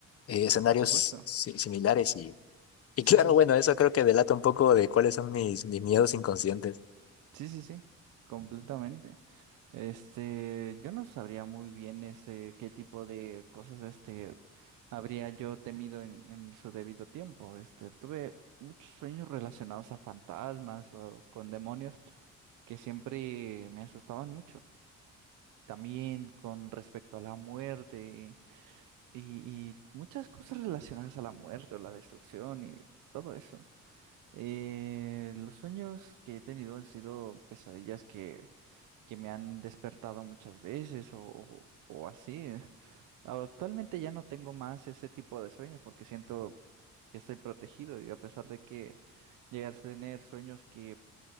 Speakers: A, on the left (about 50°); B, on the right (about 85°).
A: eh, escenarios
B: por supuesto.
A: si- similares y, y
B: Sí,
A: claro,
B: sí,
A: bueno,
B: sí.
A: eso creo que delata un poco de cuáles son mis, mis miedos inconscientes.
B: Sí, sí, sí, completamente. Este, yo no sabría muy bien este qué tipo de cosas este habría yo temido en, en su debido tiempo. Este, tuve muchos sueños relacionados a fantasmas o con demonios que siempre me asustaban mucho. También con respecto a la muerte y, y muchas cosas relacionadas a la muerte o la destrucción y todo eso. Eh, los sueños que he tenido han sido pesadillas que que me han despertado muchas veces o, o- o así. Actualmente ya no tengo más ese tipo de sueños porque siento que estoy protegido y a pesar de que llegas a tener sueños que